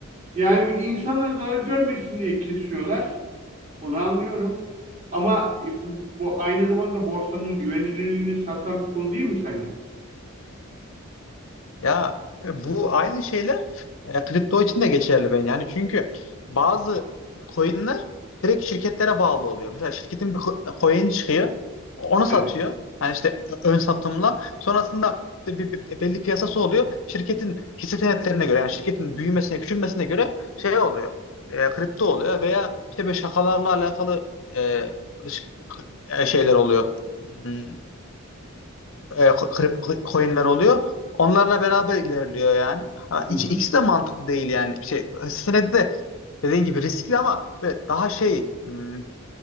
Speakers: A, on the right; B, on the left.
A: yani bir insanlar zarar görmesin diye kesiyorlar. Onu anlıyorum. Ama e, bu, bu aynı zamanda borsanın güvenilirliğini sarsan bir konu değil mi sence?
B: Ya e, bu aynı şeyler e, kripto için de geçerli ben yani çünkü bazı coinler direkt şirketlere bağlı oluyor. Mesela şirketin bir co- coin çıkıyor, onu satıyor.
A: Evet.
B: Yani işte ö- ön satımla sonrasında işte bir, bir- belli piyasası oluyor. Şirketin hisse senetlerine göre yani şirketin büyümesine, küçülmesine göre şey oluyor. e, kripto oluyor veya işte böyle şakalarla alakalı e, ş- e, şeyler oluyor. Hmm e, kripto coinler oluyor. Onlarla beraber ilerliyor yani. Ama
A: Hı
B: iki-
A: hı.
B: ikisi de mantıklı değil yani. Şey, senedi de dediğin gibi riskli ama böyle daha şey hmm,